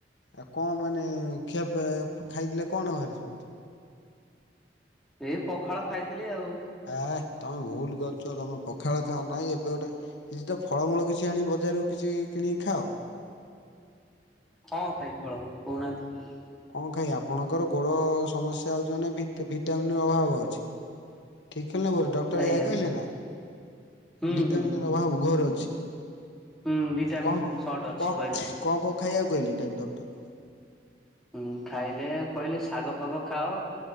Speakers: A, on the left; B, in the centre.
A: ଆଉ କଣ ମାନେ ଖିଆ ପିଆ ଖାଇଥିଲେ କଣ ଘରେ ସବୁ?
B: ଏ ପଖାଳ ଖାଇଥିଲି ଆଉ।
A: ଆ ତମେ ଭୁଲ କରୁଛ ତମେ ପଖାଳ ଖାଅ ନାଇଁ ଏବେ ଗୋଟେ କିଛି ଟା ଫଳମୂଳ କିଛି ଆଣି ବଜାରରୁ କିଛି କିଣିକି ଖାଅ।
B: କଣ ଖାଇବି ଫଳମୂଳ କଉନାହାନ୍ତି?
A: କଣ ଖାଇବେ? ଆପଣଙ୍କର ଗୋଡ଼ ସମସ୍ୟା ହେଉଛି ମାନେ ଭିଟା ଭିଟାମିିନର ଅଭାବ ଅଛି। ଠିକି ନା ଭୁଲୁ ଡକ୍ଟର
B: ଆଜ୍ଞା
A: ଏୟା କହିଲେ ନା?
B: ହୁଁ
A: ଭିଟାମିନ
B: ହୁଁ।
A: ର ଅଭାବ ଘୋର ଅଛି।
B: ହୁଁ ଭିଟାମିନ୍
A: କଣ
B: ସଟ ଅଛି
A: କଣ
B: କହିଲେ।
A: କଣ କଣ ଖାଇବାକୁ କହିଲ ଡକ୍ଟର?
B: ଉୁଁ ଖାଇଲେ କହିଲେ ଶାଗ ଫାଗ ଖାଅ।